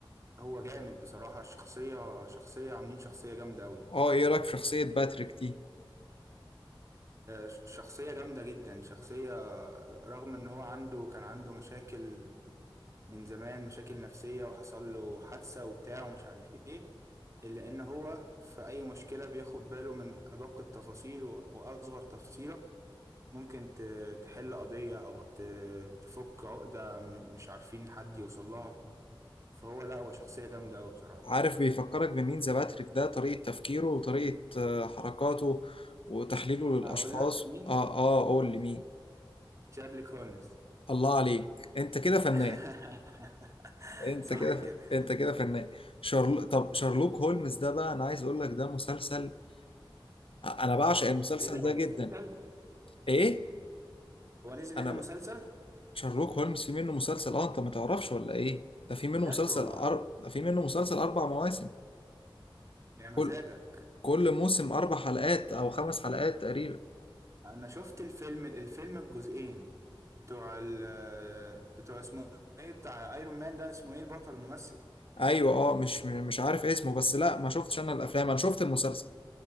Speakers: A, on the right; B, on the left.
A: هو جامد بصراحة الشخصية شخصية عاملين شخصية جامدة قوي
B: اه ايه رايك في شخصية باتريك دي
A: آه، ش- شخصية جامدة جدا شخصية رغم إن هو عنده كان عنده مشاكل من زمان مشاكل نفسية وحصل له حادثة وبتاع ومش عارف ايه إلا إن هو في أي مشكلة بياخد باله من أدق التفاصيل و- وأصغر تفصيلة ممكن ت- تحل قضية أو ت- تفك عقدة م- مش عارفين حد يوصل لها فهو لأ هو شخصية جامدة أوي بصراحة
B: عارف بيفكرك بمين ذا باتريك ده طريقة تفكيره وطريقة آه، حركاته وتحليله للأشخاص
A: هقول لك مين؟
B: اه اه قول لي مين
A: شارلوك هولمز
B: الله عليك انت كده فنان
A: <laughs>
B: انت
A: صح
B: كده
A: كده
B: ف... انت كده فنان شارل... طب شارلوك هولمز ده بقى انا عايز اقول لك ده مسلسل انا بعشق المسلسل
A: إيه ده
B: ده
A: هو مسلسل؟
B: جدا ايه
A: هو نزل منه
B: انا ب...
A: مسلسل؟
B: شارلوك هولمز في منه مسلسل اه انت ما تعرفش ولا ايه ده في منه
A: بجد
B: مسلسل
A: والله
B: أر... ده في منه مسلسل اربع مواسم
A: يا مزاجك
B: كل كل موسم اربع حلقات او خمس حلقات تقريبا
A: انا شفت الفيلم الفيلم الجزئين بتوع ال بتوع اسمه ايه بتاع ايرون مان ده اسمه ايه البطل الممثل
B: ايوه اه مش مش عارف اسمه بس لا ما شفتش انا الافلام انا شفت المسلسل